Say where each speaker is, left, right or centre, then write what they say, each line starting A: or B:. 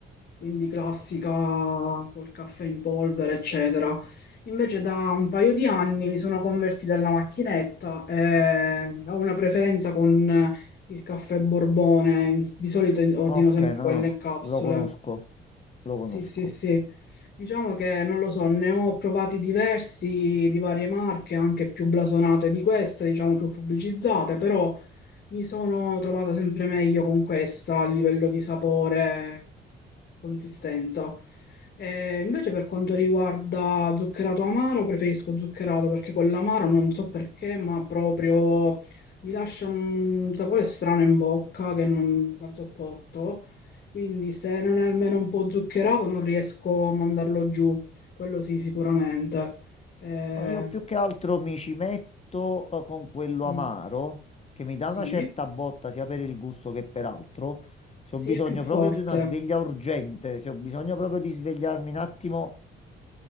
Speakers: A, on the left; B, on the left.
A: quindi classica, col caffè in polvere, eccetera. Invece da un paio di anni mi sono convertita alla macchinetta e ho una preferenza con il caffè Borbone, in- di solito in- ordino
B: Ok,
A: sempre
B: no,
A: quello
B: no,
A: in capsule.
B: lo conosco, lo conosco.
A: Sì, sì, sì. Diciamo che non lo so, ne ho provati diversi di varie marche, anche più blasonate di questa, diciamo più pubblicizzate, però mi sono trovata sempre meglio con questa a livello di sapore, consistenza. Eh, invece per quanto riguarda zuccherato amaro, preferisco zuccherato perché quell'amaro non so perché, ma proprio mi lascia un sapore strano in bocca che non, non sopporto. Quindi se non è almeno un po' zuccherato non riesco a mandarlo giù, quello sì sicuramente. Eh,
B: Ma Io più che altro mi ci metto eh, con quello
A: mm,
B: amaro che mi dà
A: sì,
B: una certa botta sia per il gusto che per altro. Se
A: sì,
B: ho bisogno
A: è più forte.
B: proprio di una sveglia urgente, se ho bisogno proprio di
A: Sì.
B: svegliarmi un attimo,